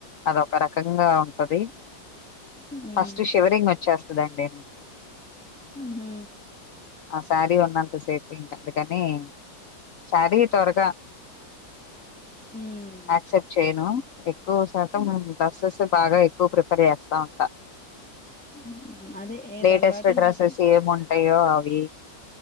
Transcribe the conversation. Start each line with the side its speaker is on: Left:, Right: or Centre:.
Left: అదొక రకంగా ఉ ది
Centre: ఉమ్
Left: ఫస్ట్ శివరింగ్ వచ్చేస్తాడండి
Centre: మ్
Left: ఆ శారీ ఉన్నంత సేపు ఇంకా అందుకని శారీ త్వరగా
Centre: ఉమ్
Left: యాక్సెప్ట్ చేయను ఎక్కువ శాతం
Centre: ఉమ్
Left: డ్రస్సేస్ బాగా ఎక్కువ ప్రిఫర్ చేస్తా ఉంటా
Centre: ఉమ్, అదే ఏది
Left: లేటెస్ట్
Centre: అలవాటు ఇంక
Left: డ్రస్సెస్
Centre: అదే
Left: ఏమి ఉంటాయో అవి